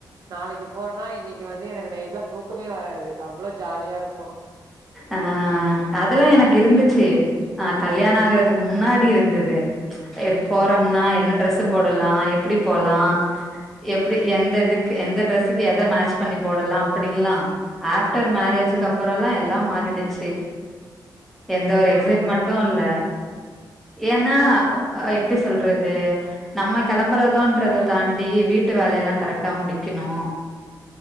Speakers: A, on the right; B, in the centre.
A: நாளைக்கி போறோனா இன்னைக்கி வந்து எனக்கு நைட்ல தூக்கமே வராது அவ்ளோ ஜாலியா இருக்கு
B: அ அதுல்லா எனக்கு இருந்துச்சு ஆ கல்யாணோ ஆகற்துக்கு முன்னாடி இருந்தது எப் போறம்னா என்ன ட்ரெஸ் போடலா எப்டி போலா எப்புடி எந்த இதுக் எந்த டிரெஸ்ஸுக்கு எத மேட்ச் பண்ணி போடலா அப்படின்ல்லா ஆஃப்டர் மேரேஜுக்கு அப்புறல்லா எல்லா மாறிடுச்சு எந்த ஒரு
A: ஏ
B: எக்சைட்
A: அந்த
B: மண்ட்டு
A: மாரி
B: இல்ல ஏன்னா எப்டி சொல்றது நம்ம கெளம்பறோதுன்ற தாண்டி வீட்டு வேலையெல்லா கரெக்டா முடிக்கணு